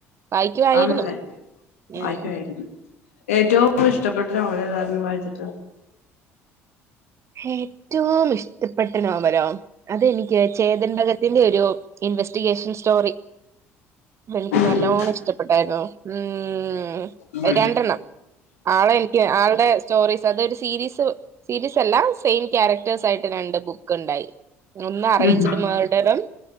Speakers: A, on the right (about 40°); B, on the left (about 75°).
A: വായിക്കുവായിരുന്നു
B: ആണല്ലേ
A: ഉം
B: വായിക്കുവായിരുന്നു ഏറ്റവും ഇഷ്ടപ്പെട്ട നോവൽ ഏതാരുന്നു വായിച്ചിട്ട്
A: ഏറ്റവും ഇഷ്ടപ്പെട്ട നോവലോ അതെനിക്ക് ചേതൻ ഭഗത്തിന്റെ ഒരു ഇൻവെസ്റ്റിഗേഷൻ സ്റ്റോറി. എനിക്ക്
B: ഉം
A: നല്ലോണം ഇഷ്ടപ്പെട്ടായിരുന്നു മ്മ്
B: ഉം
A: രണ്ടെണ്ണം ആളെ എനിക്ക് ആളുടെ സ്റ്റോറീസ് അതൊരു സീരീസ് സീരീസ് ആ സെയിം ക്യാരക്റ്റേഴ്സ് ആയിട്ട് രണ്ട് ബുക്ക്ണ്ടായി. ഒന്ന് അറേഞ്ച്ഡ്
B: ഉം
A: മേർഡറും